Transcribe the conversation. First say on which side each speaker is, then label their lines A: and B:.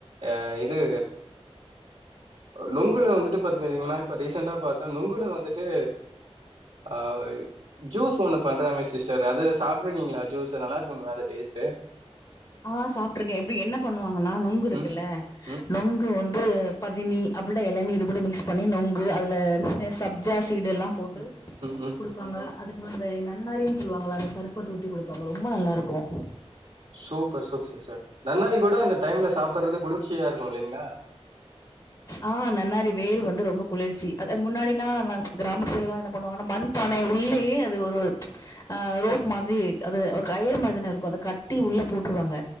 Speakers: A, on the right; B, on the left.
A: யா இது நுங்குல வந்துட்டு பாத்தீங்கன்னா இப்ப ரீசெண்ட்டா பாத்த நுங்குல வந்துட்டு அ ஜூஸ் ஒன்னு பண்றாங்க சிஸ்டர் அது சாப்ட்டுருக்கீங்ளா ஜூஸூ நல்லா இருக்குங்ளா அந்த டேஸ்ட்டு
B: ஆ சாப்ட்டுருக்கே எப்டி என்ன பண்ணுவாங்கன்னா நொங்கு இருக்குல்ல
A: ம் ம்
B: நொங்கு வந் து பதனி அப்பில்லனா எளநி இது கூட மிக்ஸ் பண்ணி நொங்கு அதுல அ சப்ஜா சீடெல்லா போட்டு
A: ம் ம் ம்
B: குடுப் ப்பாங்க அதுக்கு முன் அந்த நன்னாரின் சொல்வாங்ள அந்த சர்ப்பத்து ஊத்தி குடுப்பாங்க ரொம்ப நல்லா இருக்கும்
A: சூப்பர் சூப்பர் சிஸ்டர் நன்னாரி கூட இந்த டைம்ல சாப்பறது குளிர்ச்சியா இருக்கும் இல்லைங்ளா
B: ஆ நன்னாரி வேரு வந்து ரொம்ப குளிர்ச்சி அது அ முன்னாடியெல்லா கிராமத்துல எல்லா என்ன பண்ணுவாங்கன்னா மருந் தன உள்ளேயே அது ஒரு ஆ ரோப் மாதிரி அது கயிறு மாதிரி தானே இருக்கும் அத கட்டி உள்ள போட்ருவாங்க